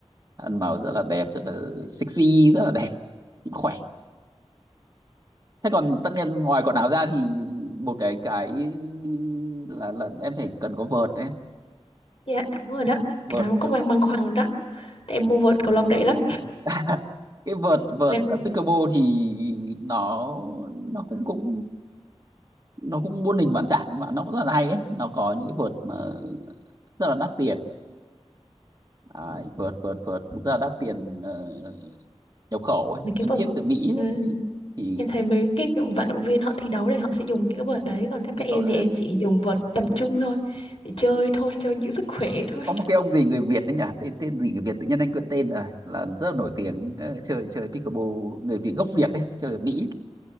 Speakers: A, on the right; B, on the left.
A: ăn vào rất là đẹp rất là sexy rất là đẹp khỏe thế còn tất nhiên ngoài quần áo ra thì một cái cái là là em phải cần có vợt đấy
B: Dạ, đúng rồi đó.
A: vợt,
B: Cái đó
A: vợt.
B: cũng đang băn khoăn đó. Tại em mua vợt cầu lông rẻ lắm.
A: <laughs> cái vợt vợt
B: Nên là
A: ở pickleball thì nó nó cũng cũng nó cũng muôn hình vạn trạng mà nó cũng rất là hay đấy nó có những cái vợt mà rất là đắt tiền à, vợt vợt vợt rất là đắt tiền ờ, nhập khẩu ấy.
B: cái
A: Một
B: vợt.
A: chiếc từ Mỹ
B: Ừ.
A: ấy,
B: ừ.
A: thì thì
B: Em thấy mấy cái kiểu vận động viên họ thi đấu thì họ sẽ dùng những cái vợt đấy còn các
A: cái
B: các em
A: cậu
B: thì em chỉ dùng vợt tầm trung thôi để chơi thôi cho những sức khỏe thôi
A: có một cái ông gì người Việt đấy nhỉ tên tên gì người Việt tự nhiên anh quên tên rồi là rất là nổi tiếng ờ, chơi chơi pickleball người Việt gốc Việt đấy chơi ở Mỹ